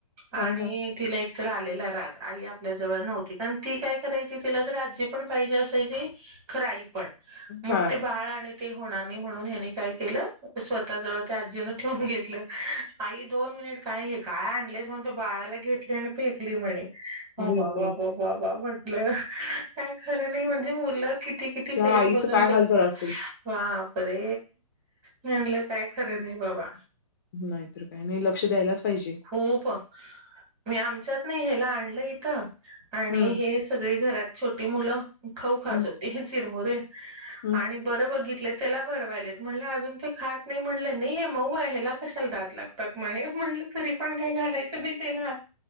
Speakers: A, on the right; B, on the left.
A: आणि
B: हां, हां.
A: तिला तर आलेला राग आई आपल्या जवळ नव्हती कारण ती काय करायची तिला तर आजी पण पाहिजे असायची खरंई पण मग
B: हां.
A: ते बाळ आणि ते होणार नाही म्हणून हनी काय केलं स्वतः जवळ त्या आजीन ठेवून घेतलं आई दोन काय हे काय आणलेच म्हण तो बाळाला घेतली आणि फेकली म्हणे बा
B: अरे बाप!
A: बाबा म्हटलं का खरं नाही म्हणजे मुलं किती किती
B: त्या
A: फेज
B: आईचं
A: बदून
B: काय
A: जात
B: हाल झालं असेल.
A: हा बरे म्हलं काय खरं नाही बाबा
B: नाहीतर काय नाही लक्ष द्यायलाच पाहिजे
A: खूप मी आमच्यात नाही हला आणलं इथं आणि
B: हं,
A: हे सगळी घरात छोटी मुलं खाऊ खात
B: हं,
A: होते हे चिरमुरे
B: हं.
A: आणि बरं बघित त्याला भरवायलेत म्हण अजून ते खात नाही म्हटलं नाही हे मऊ आहे हला का दात लागतात म्ह तरी पण काय घलायच नाही त्याला